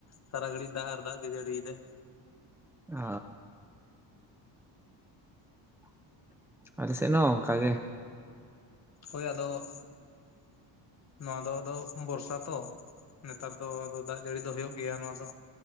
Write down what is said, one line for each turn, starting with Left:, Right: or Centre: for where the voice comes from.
Left: ᱥᱟᱨᱟ ᱜᱟᱹᱲᱤ ᱫᱟᱜ ᱟᱨ ᱫᱟᱜ ᱜᱮ ᱡᱟᱰᱤᱭ ᱫᱟᱭ
Centre: ᱚ <inaudible> ᱟᱞᱮ ᱥᱮᱱ ᱦᱚᱸ ᱚᱱᱠᱟᱜᱤ
Left: ᱦᱳᱭ ᱟᱫᱚ ᱱᱚᱶᱟ ᱫᱚ ᱟᱫᱚ ᱵᱚᱨᱥᱟ ᱛᱚ ᱱᱮᱛᱟᱨ ᱫᱚ ᱟᱫᱚ ᱫᱟᱜ ᱡᱟᱹᱲᱤ ᱫᱚ ᱦᱩᱭᱩᱜ ᱜᱮᱭᱟ ᱱᱚᱣᱟ ᱫᱚ᱾